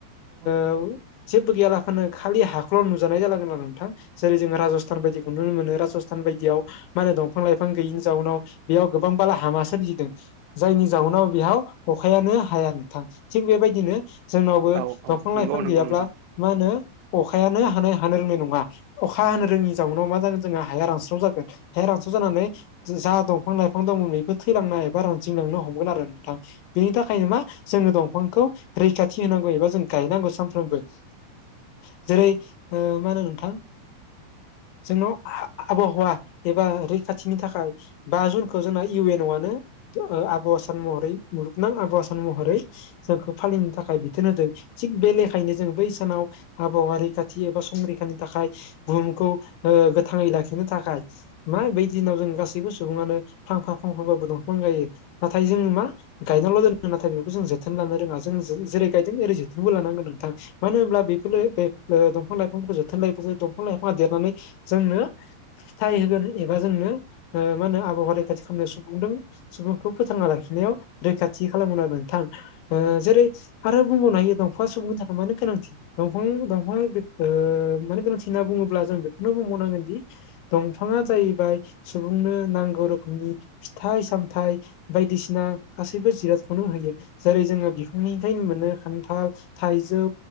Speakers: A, on the right; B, on the left.
A: <unintelligible>
B: औ जेबो गैयालाफोरानो खालि हाखखौल' नुजानाय जलाोन आरो नोंथां जेरै जों राजस्थान बायदिखौ नुनो मोनो राजस्थान बायदियाव मा होनो दंफां लाइफां गैयिनि जाउनाव बेयाव गोबां बाला हामा सोरजिदों। जायनि जाउनाव बेयआव अखायानो हाया नोंथां। थिग बेबायदिनो जोंनावबो
A: औ औ
B: दंफां लाइफां
A: नंगौ नंगौ
B: गैयाब्ला
A: नोंथां
B: मा होनो अखा अखायानो हानो रोंनाय नङा अखा हानो रोङि जाउोननाव मा <unintelligible> जागोन हाया रानस्राव जानानै जा दंफां लाइफां दं बे थैलांना एबा रानजिंलांनो हमगोन आरो नोंथां। बेनि थाखायनो मा जोङो दंफांखौ रैखाथि होनांगौ एबा जों <unintelligible> <unintelligible> जेरै ओ मा होनो नोंथां जोंनाव आबहावा एबा रैखाथिनि थाखाय बा जुनखौ जोंना इउ एन अ आनो आब' आसान महरै मुलुगनां आबौ आसान महरै जोंखौ फालिनो थाखाय बिथोन होदों। थिग बे लेखायनो जों बै सानाव आबहावा रैखाथि एबा संरैखानि थाखाय बुहुमखौ ओ गोथाङै लाखिनो थाखाय मा बै दिनाव जों गासैबो सुबुङानो फांफा फांफाबाबो दंफां गाइयो। नाथाय जों मा गायनाल' दोनो नाथाय बेखौ जों जोथोन लानो रोङा जों जे जेरै गायदों ओरै जो थोनबो लानांगोन नोंथां। मानो होनब्ला बेफोरनो बे <unintelligible> दफां लाइफांफोरखौ जोथोन लायोब्वासो दंफां लाइफाङा देरनानै जोंनो फिथाइ होगोन एबा जोंनो ओ मा होनो आबहावा रैखाथि खालामनायाव सुबुंदों। सुबुंखौ फोथांना लाखिनायाव रैखाथि खालामगोन आरो नोंथां। ओ जेरै आरो बुंबावनो हायो सुबुं सानखौ मानो गोनांथि? दंफां दफां बेख ओ माने गोनांथि होनना बुङोब्ला जों बेखौनो बुंबावनांगोन दि दंफाङा जाहैबाय सुबुंनो नांगौ रोखोमनि फिथाइ सामथाइ बायदिसिना गासैबो जिरादखौनो होयो। जेरै जोङो बिफांनिफ्रायनो मोनो खान्थाल थाइजौ